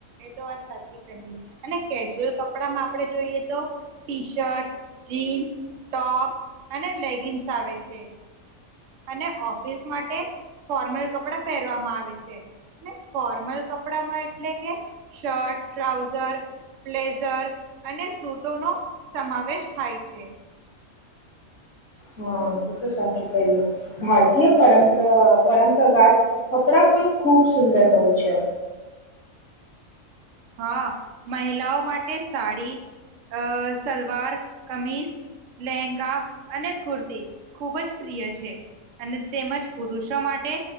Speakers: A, on the right; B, on the left.
A: એ તો વાત સાચી કહી અને કેજ્યુઅલ કપડામાં આપણે જોઈએ? તો ટી શર્ટ જીન્સ ટોપ અને લેગિન્સ આવે છે. અને ઓફ <inaudible> માટે, ફોર્મલ કપડા પહેરવામાં આવે છે અને ફોર્મલ કપડામાં એટલે. કે, શર્ટ ટ્રાઉઝર, પ્લેઝર, અને સુૂટો નો સમાવેશ થાય છે.
B: હા, તે તો સાચું કઈ ભારતીય પરંપરા પરંપરાગાત. કપડા પણ ખૂબ. સુંદર હોય છે.?
A: હા, મહિલાઓ માટે સાડી, અ સલવાર કમીસ લહેંગા અને કુર્તી ખૂબ જ પ્રિય છે. અને તેમજ પુરુષો માટે